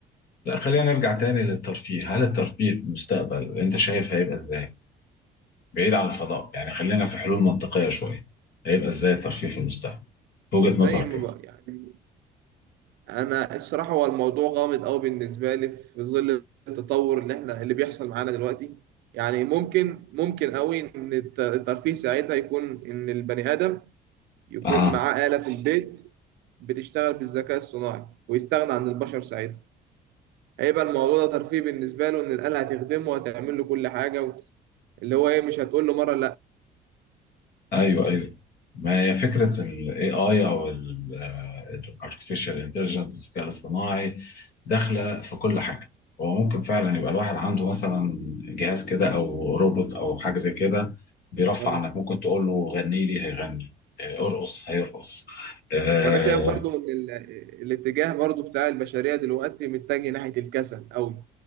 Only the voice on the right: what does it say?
زي
ما
بقى يعني انا الصراحه هو الموضوع غامض قوي بالنسبه لي في ظل التطور اللي احنا اللي بيحصل معانا دلوقتي يعني ممكن ممكن قوي ان الت- الترفيه ساعتها يكون ان البني ادم يكون
معاه آلة في البيت بتشتغل بالذكاء الصناعي ويستغنى عن البشر ساعتها هيبقى الموضوع ده ترفيه بالنسبه له ان الآلة هتخدمه وهتعمل له كل حاجه و... اللي هو ايه مش هتقول له مره
لا
وانا شايف برضو ان ال- الاتجاه برضو بتاع البشريه دلوقتي متجه ناحيه الكسل قوي